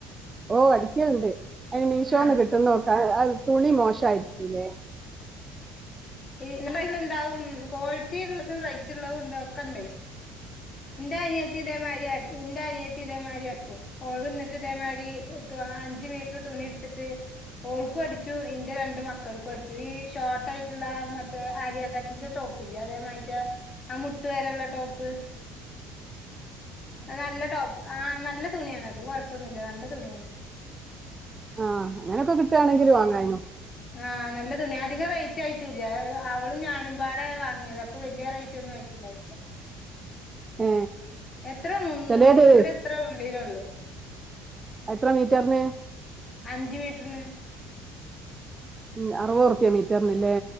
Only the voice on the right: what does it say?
ഓ, അടിയ്ക്കൽണ്ട്. അയിന് മീശോന്ന്
കിട്ടുന്നൊക്ക തുണി മോശായിക്കൂലേ?
ആ അങ്ങനൊക്ക ക്‌ട്ടാണെങ്കില് വാങ്ങായ്നു
ഏ
ചിലത്
അഎത്ര മീറ്റർന്ന്?
ഉം അറുവത് റുപ്യ മീറ്ററിന്ല്ലേ